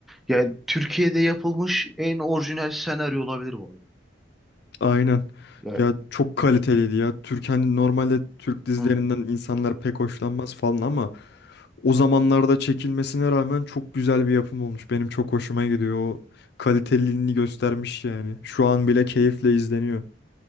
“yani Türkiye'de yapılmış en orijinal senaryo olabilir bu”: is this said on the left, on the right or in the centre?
Centre